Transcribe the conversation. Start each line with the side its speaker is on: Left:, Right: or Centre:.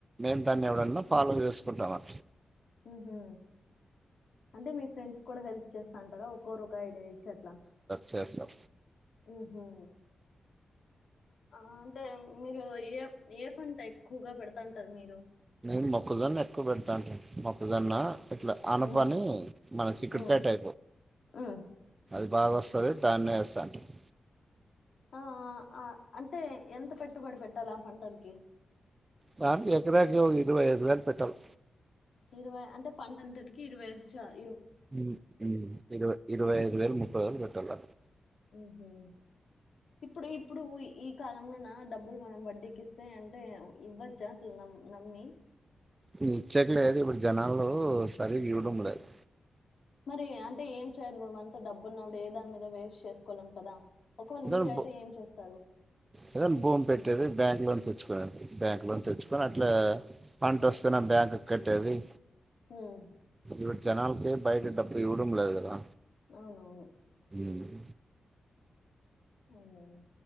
Right: మేము దాన్ని ఎవడన్నా ఫాలో చేసుకుంటాం అ
Left: హ అంటే మీ ఫ్రెండ్స్ కూడా హెల్ప్ చేస్తా అంటారా ఒకరు ఒక ఐడ్యచ్చు అట్లా
Right: చేస్తం
Left: ఓహో ఆ అంటే మీరు ఏ ఏ పంట ఎక్కువగా పెడతాంటారు మీరు
Right: న మొక్కజొన్న ఎక్కువ పెడతా అంట మొక్కజొన్న ఇట్లా, ఆనపని
Left: మ్మ్
Right: మన చీకట్పెట్
Left: మ్మ్
Right: అయిపోయింది.
Left: మ్మ్
Right: అది బాగా వస్తాది. దాన్నే వేస్తానంటున్నారు.
Left: ఆ అ అంటే, ఎంత పెట్టుబడి పెట్టాలా ఆ పంటలకి.
Right: బాబ్, ఎకరాకి హోగి. ఇదిగొ వయదువేల్ పెట్టాలి.
Left: ఇరవై అంటే, పంటంతటికి ఇరవై ఐదు చల్.
Right: మ్, మ్ ఇరువై, ఇరువై ఐదు వేలు, ముప్పై వేలు పెట్టలా అంతే.
Left: మ్మ్హు. ఇప్పుడు, ఇప్పుడుయి. కాలంలోనా డబ్బులు, మనం వడ్డీకిస్తాం. తే అంటే, ఇవ్వొచ్చా అట్ల నమ్ నమ్మి?
Right: ఇగ ఇచ్చేకి లేదు. ఇప్పుడు జనాలు సరిగ్గా ఇవ్వడం లేదు.
Left: మరి అంటే, ఏం చేయాలి ఇప్పుడు? మన తో డబ్బు ఉన్నప్పుడు, ఏ దాని మీద వేస్ట్ చేసుకోలేం కదా? ఒకవేళ
Right: ఏదైనా
Left: మీరైతే
Right: బోమ్,
Left: ఏం చేస్తారు
Right: ఏదైనా బోమ్ పెట్టేది, బ్యాంక్ లోన్ తెచ్చుకు బ్యాంక్ లోన్ తెచ్చుకొని, అట్లే పంట వస్తే నా బ్యాంక్ కట్టేది.
Left: మ్మ్.
Right: ఇప్పుడు జనాలకి బయట, డబ్బులు ఇవ్వడం లేదు కదా?
Left: అవునవును.
Right: ఉమ్.
Left: అవునులేండి